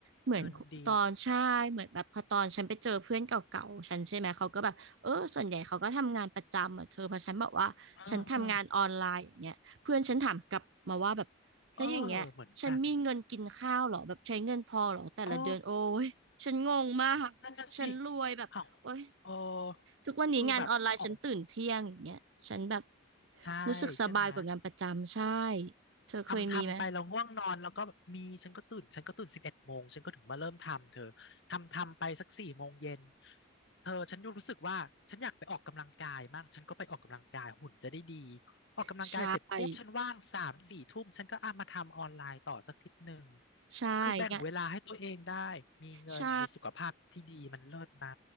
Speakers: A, on the right; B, on the left.
A: เหมือนตอนใช่เหมือนแบบพอตอนฉันไปเจอเพื่อนเก่าๆฉันใช่ไหมเขาก็แบบเออส่วนใหญ่เขาก็ทำงานประจำอ่ะเธอเพอฉันบอกว่าฉันทำงานออนไลน์อย่างเงี้ยเพื่อนฉันถามกลับมาว่าแบบแล้วอย่างเงี้ยฉันมีเงินกินข้าวเหรอแบบใช้เงินพอเหรอแต่ละเดือนโอ้ยฉันงงมากฉันรวยแบบโอ้ย
B: เงินดีเออเออเออเหมือนกัน เออนั่นน่ะสิอ้าวเออ
A: ทุกวันนี้งานออนไลน์ฉันตื่นเที่ยงอย่างเงี้ยฉันแบบ
B: คือแบบออกใช่
A: รู้สึกสบายกว่างานประจำใช่
B: ใช่ไหม
A: เธอเคยมีไหม
B: ทำทำไปเราง่วงนอนแล้วก็แบบมีฉันก็ตื่นฉันก็ตื่นสิบเอ็ดโมงฉันก็ถึงมาเริ่มทำเธอทำทำไปสักสี่โมงเย็นเธอฉันยูรู้สึกว่าฉันอยากไปออกกำลังกายมากฉันก็ไปออกกำลังกายหุ่นจะได้ดีออกกำลังกายเสร็จปุ๊บฉันว่างสามสี่ทุ่มฉันก็อ่ะมาทำออนไลน์ต่อสักนิดหนึ่ง
A: ใช่ใช่งาน
B: คือแบ่งเวลาให้ตัวเองได้มีเงินมีสุขภาพที่ดีมันเลิศนะ
A: ใช่